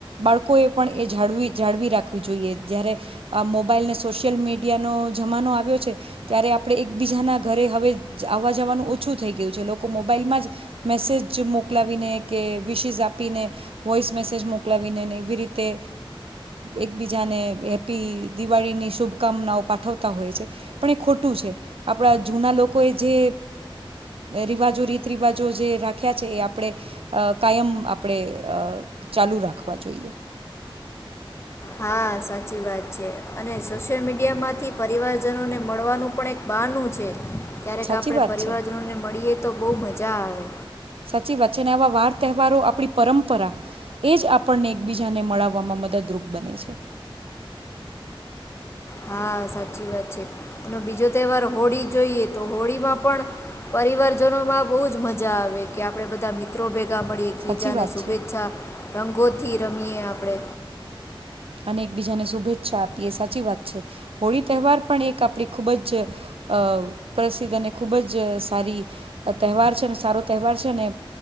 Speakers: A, on the right (about 85°); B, on the left (about 30°).
A: બાળકોએ પણ એ જાળવી જાળવી રાખવી જોઈએ જ્યારે આ મોબાઈલને સોશિયલ મીડિયાનો જમાનો આવ્યો છે ત્યારે આપણે એકબીજાના ઘરે હવે આવવા જવાનું ઓછું થઈ ગયું છે લોકો મોબાઈલમાં જ મેસેજ મોકલાવીને કે વિશિસ આપીને વોઇસ મેસેજ મોકલાવી આવીનેને એવી રીતે એકબીજાને હેપી દિવાળીની શુભકામનાઓ પાઠવતા હોય છે, પણ એ ખોટું છે આપણા જૂના લોકોએ જે રિવાજો રીત રિવાજો જે રાખ્યા છે એ આપણે કાયમ આપણે ચાલુ રાખ રાખવા જોઈએ.
B: હા સાચી વાત છે અને સોશિયલ મીડિયામાંથી પરિવારજનોને મળવાનું પણ એક બહાનું છે. ક્યારેક
A: સાચી
B: આપણે
A: વાત
B: પરિવારજનો
A: છે
B: ને મળીએે. તો બહુ મજા આવે.
A: સાચી વાત છે અને આવા વાર તહેવારો આપણી પરંપરા એ જ આપણને એકબીજાને મળાવવામાં મદદરૂપ બને છે.
B: હા સાચી વાત છે, અને બીજો તહેવાર હોળી જોઈએ તો હોળીમાં પણ પરિવારજનો માં બહુ જ મજા આવે કે આપડે બધા મિત્રો ભ મળી એક બીજા
A: સાચી
B: ને
A: વાત
B: શુભેચ્છા
A: છે
B: રંગોથી રમીએે આપડે.
A: અને એકબીજાને શુભેચ્છા આપીએ એ સાચી વાત છે હોળી તહેવાર પણ એક આપણી ખૂબ જ અ પ્રસિદ્ધ અને ખૂબ જ સારી તહેવાર છે અને સારો તહેવાર છે અને